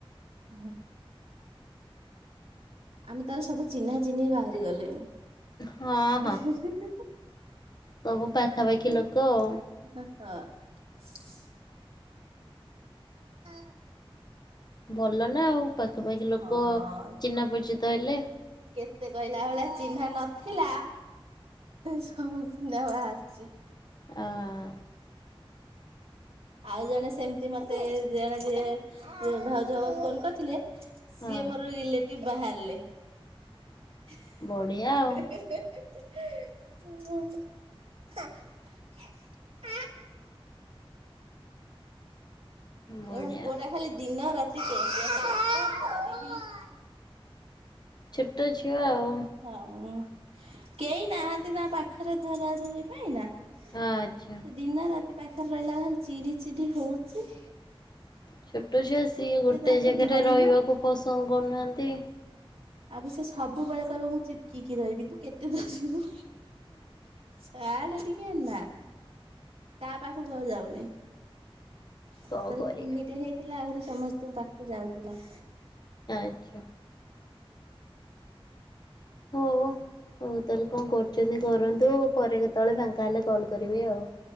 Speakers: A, on the right (about 85°); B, on the left (about 45°).
A: ଅହଁ। ଆମେ ତାହେଲେ ସବୁ ଚିହ୍ନା ଚିହ୍ନା ବାହାରିଗଲେଣି।
B: ହଁ ହଁ
A: ଏ ହେ ହେ ହେ
B: ସବୁ ପାଖାପାଖି
A: ହେ ହେ।
B: ଲୋକ ଆଉ।
A: ହ ହଁ। ହଁ
B: ଭଲ ନା ଆଉ ପାଖାପାଖି ଲୋକ
A: ହଁ
B: ଚିହ୍ନା ପରିଚିତ ହେଲେ।
A: କେତେ କହିଲା ଭଳିଆ ଚିହ୍ନା ନଥିଲା ସବୁ ଚହ୍ନା ବାହାରୁଚି।
B: ଆଁ
A: ଆଉ ଜଣେ ସେମତି ମତେ ଜଣେ ଯିଏ ଭାଉଜ ହବ ଫୋନ କରିଥିଲେ ସିଏ
B: ହଁ
A: ମୋର ରିଲେଟିଭ ବାହାରଲେ। <unintelligible>
B: ବଢିଆ ଆଉ
A: ହ <unintelligible>
B: <unintelligible> ବଢିଆ
A: ଏ ମୋ ପୁଅଟା ଖାଲି ଦିନ ରାତି କେଁ କେଁ ହେଲା କଣ କରିବି।
B: ଛୋଟ ଛୁଆ ଆଉ।
A: ହୋଉ କେହି ନାହାନ୍ତି ନା ପାଖରେ ଧରା ଧରି ପାଇଁ ନା ସେ
B: ଆଚ୍ଛା।
A: ଦିନରାତି ପାଖରେ ରହିଲାକୁ ଖାଲି ଚିଡିଚିଡି ହୋଉଚି।
B: ଛୋଟ ଛୁଆ ସିଏ ଗୋଟେ
A: ତାକୁ
B: ଜାଗାରେ
A: ଧରିବୁ।
B: ରହିବାକୁ ପସନ୍ଦ କରୁନାହାନ୍ତି।
A: ଆକୁ ସେ ସବୁବେଳେ କହିବ ମୁଁ ଚିପକିକି ରହିବି ତୁ କେତେ ଦୂର ଯିବୁ। ଛାଆଡେ ଟିକେ ନା। ତା ପାଖକୁ ଆଉ ଯାଉନେଇ ତେଳେ
B: କଣ କରିବା।
A: କୁନିଟେ ହେଇ ଥିଲା ଆହୁରି ସମସ୍ତଙ୍କ ପାଖକୁ ଯାଉଥିଲା।
B: ଆଚ୍ଛା। ହଉ ହଉ ତାହେଲେ କଣ କରୁଛନ୍ତି କରନ୍ତୁ ପରେ କେତେବେଳେ ଫାଙ୍କା ହେଲେ କଲ୍ କରିବି ଆଉ।